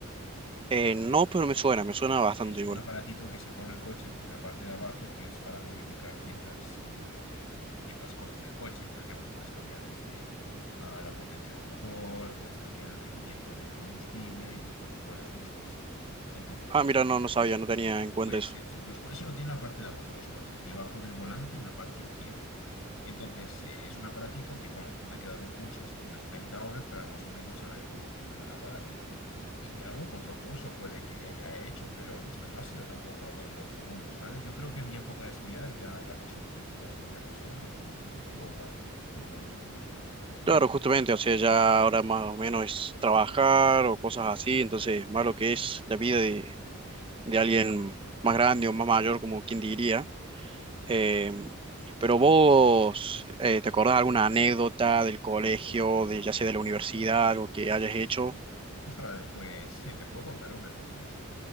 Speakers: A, on the right; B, on the left.
A: Eh, no, pero me suena, me suena bastante
B: Es un
A: igual.
B: aparatito que se pone al coche en la parte de abajo que es para modificar ciertas, eh, ciertas cosas del coche. Por ejemplo, puedes cambiar desde ah, la potencia del motor, puedes cambiar el rendimiento del combustible y otro tipo de ajustes. Entonces,
A: Ah,
B: pues,
A: mira, no, no sabía, no tenía en cuenta
B: pues
A: eso.
B: eso, los co- eso lo tiene en la parte de abajo, los coches, debajo del volante en la parte izquierda. Entonces, eh, es un aparatito que, bueno, tuve que dar un curso así unas 30 horas para más o menos saber cómo funciona el aparato. Y algún que otro curso puede que haya hecho, pero no ha sido tampoco algo del otro mundo, ¿sabes? Yo creo que mi época de estudiar ya, ya pasó, en mi caso, ya pasó y, y estuvo guay, estuvo guay en su momento. Bueno,
A: Claro, justamente, o sea, ya ahora más o menos es trabajar o cosas así, entonces más lo que es la vida de, de alguien más grande o más mayor, como quien diría. Eh, pero vos, eh, ¿te acordás alguna anécdota del colegio, de ya sea de la universidad, algo que hayas hecho?
B: ostras, después <laughs> te puedo contar una si quieres.